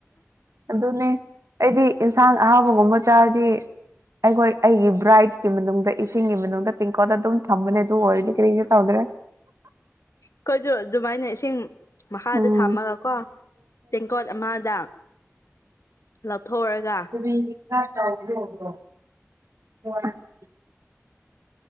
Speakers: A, on the right; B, on the left.
A: ꯑꯗꯨꯅꯤ ꯑꯩꯗꯤ ꯏꯟꯁꯥꯡ ꯑꯍꯥꯎꯕꯒꯨꯝꯕ ꯆꯥꯔꯗꯤ ꯑꯩꯈꯣꯏ ꯑꯩꯒꯤ ꯕ꯭ꯔꯥꯏꯠꯀꯤ ꯃꯅꯨꯡꯗ ꯏꯁꯤꯡꯒꯤ ꯃꯅꯨꯡꯗ ꯇꯦꯡꯀꯣꯗ ꯑꯗꯨꯝ ꯊꯝꯕꯅꯦ ꯑꯗꯨ ꯍꯔꯗꯤ ꯀꯔꯤꯖ ꯇ ꯍꯗ꯭ꯔꯦ
B: ꯑꯩꯈꯣꯏꯁꯨ ꯑꯗꯨꯃꯥꯏꯅ ꯏꯁꯤꯡ ꯃꯈꯥꯗ
A: ꯎꯝ
B: ꯊꯝꯃꯒ ꯀꯣ ꯇꯦꯡꯀꯣꯠ ꯑꯃꯗ ꯂꯧꯊꯣꯛꯔꯒ
A: ꯇ <inaudible>